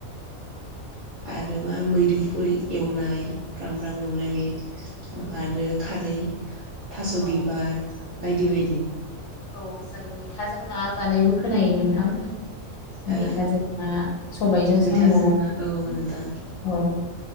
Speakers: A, on the right; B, on the left.
A: आरो मा मैदुफुल एवनाय। फ्राम फ्राम एवनाय बे आरो खारै थास'
B: औ
A: बिबार। बायदि बायदि
B: औ जों मैथाजों ना जानायबो खोनायो नोंथां।
A: हो
B: मैथाजों ना सबायजों
A: मैथाजों
B: साम' औ।
A: ना नोंथां